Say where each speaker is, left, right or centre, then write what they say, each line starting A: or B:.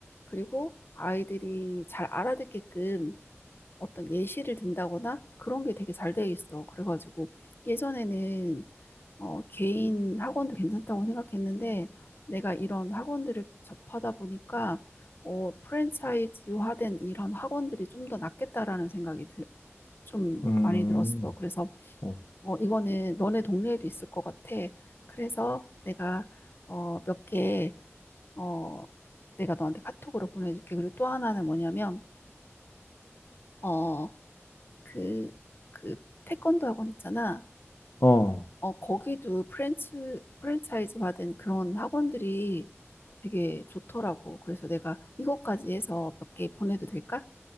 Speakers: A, on the left; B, on the left.
A: 그리고 아이들이 잘 알아듣게끔 어떤 예시를 든다거나 그런 게 되게 잘 돼 있어. 그래가지고 예전에는 어, 개인 학원도 괜찮다고 생각했는데, 내가 이런 학원들을 접하다 보니까, 어, 프랜차이즈화된 이런 학원들이 좀 더 낫겠다라는 생각이 들, 좀
B: 음,
A: 많이 들었어. 그래서,
B: 어,
A: 어, 이거는 너네 동네에도 있을 것 같아. 그래서 내가, 어, 몇 개, 어, 내가 너한테 카톡으로 보내줄게. 그리고 또 하나는 뭐냐면, 어, 그, 그, 태권도 학원 있잖아.
B: 어,
A: 어, 거기도 프랜츠, 프랜차이즈 받은 그런 학원들이 되게 좋더라고. 그래서 내가 이것까지 해서 몇 개 보내도 될까?